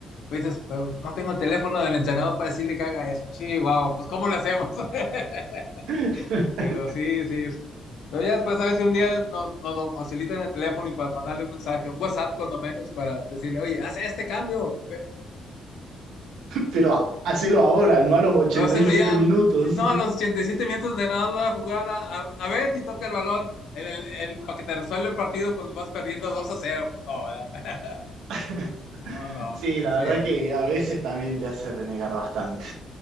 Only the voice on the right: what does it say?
<laughs>
pero ha- hacelo ahora, no a los ochenta
y siete
minutos.
<laughs>
Sí, la
verdad
que a veces también te hace renegar bastante.